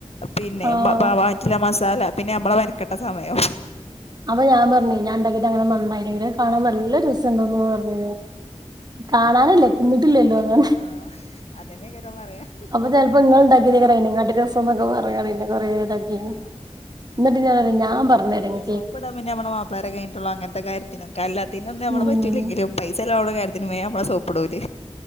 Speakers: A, on the left; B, on the right.
A: പിന്നെ
B: ആഹ്
A: ബ ബ വാറ്റില ല പിന്നെ നമ്മള മെൻക്കട്ട സമയം
B: അപ്പൊ ഞാൻ പറഞ്ഞ ഞാൻ ഉണ്ടാക്കിട്ട് അങ്ങനെ നന്നായില്ലെങ്കിലും അഹ് കാണാൻ നല്ല രസംുണ്ടോന്ന് പറഞ്ഞ കാണാനല്ലേ തിന്നട്ടിലല്ലോന്നറഞ്ഞു
A: തിന്ന് ആ അതന്നെക്കാരം പറയാ
B: അപ്പൊ ചിലപ്പോ ഇങ്ങണ്ടാക്കിയതേക്കാരം ഐനികാറ്റി രസം ന്നൊക്കെ പറഞ്ഞ് കണ്ട് ഇന്നെ കൊറെ തൊക്കെയന്ന്
A: ആ
B: എന്നിട്ട് ഞൻ ഞാൻ പറഞ്ഞഞ്രങ്ങ
A: സോപ്പിടാ പിന്നെ നമ്മള മാപ്പിളാ രെ കഴിഞ്ഞട്ടുള്ളോ അങ്ങത്തൊര്ത്തിനൊക്കെ എല്ലാത്തിനൊന്നും നമ്മ
B: ഉം
A: പറ്റില്ലെങ്കിലും പൈസ ചെലവാവുന്ന കാര്യത്തിൽ ത്തിന് വെ നമ്മളെ സോപ്പിട്ടുഓല്